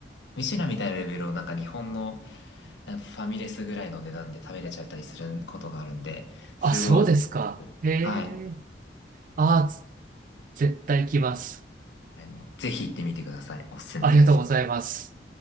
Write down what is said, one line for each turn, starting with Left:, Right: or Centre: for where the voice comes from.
Left: ミシュランみたいなレベルをなんか日本のなんかファミレスぐらいの値段で食べれちゃったりすることがあるんで、すごい、
Right: あ、そうですか。へえ。
Left: はい。
Right: あ、つ絶対来ます。
Left: はい、もうぜひ行ってみてください。おすすめです。
Right: ありがとうございます。